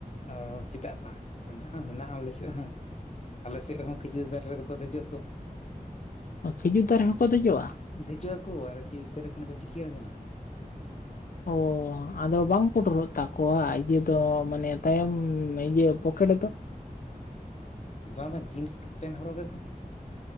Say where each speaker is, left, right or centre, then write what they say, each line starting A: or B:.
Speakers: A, on the left; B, on the left.
A: <inaudible> ᱪᱮᱫᱟᱜ ᱵᱟ ᱢᱮᱱᱟᱜᱼᱟ ᱢᱮᱱᱟᱜᱼᱟ ᱟᱞᱮ ᱥᱮᱫ ᱦᱚᱸ ᱾ ᱟᱞᱮᱥᱮᱫ ᱨᱮᱦᱚᱸ ᱠᱷᱤᱡᱩᱨ ᱫᱟᱨᱮ ᱨᱮᱫᱚᱠᱚ ᱫᱮᱡᱚᱜ ᱫᱚ ᱾
B: ᱚ ᱠᱷᱤᱡᱩᱨ ᱫᱟᱨᱮ ᱦᱚᱸᱠᱚ ᱫᱮᱡᱚᱜᱼᱟ?
A: ᱫᱮᱡᱚᱜ ᱟᱠᱚ ᱟᱨᱠᱤ ᱤᱡ ᱫᱟᱨᱮ ᱠᱷᱚᱱ ᱠᱚ ᱡᱤᱠᱤ ᱟᱲᱜᱚᱱᱟ᱾
B: ᱚᱻ ᱟᱫᱚ ᱵᱟᱝ ᱯᱚᱴᱚᱨᱚᱜ ᱛᱟᱠᱚᱣᱟ ᱤᱭᱟᱹ ᱫᱚ ᱢᱟᱱᱮ ᱛᱟᱭᱚᱢ ᱤᱭᱟᱹ ᱯᱚᱠᱮᱴ ᱫᱚ?
A: ᱵᱟᱝ ᱵᱟᱝ ᱡᱤᱱᱥ ᱯᱮᱱᱴ ᱦᱚᱨᱚᱜ ᱠᱟᱛᱮᱫᱚ ᱻ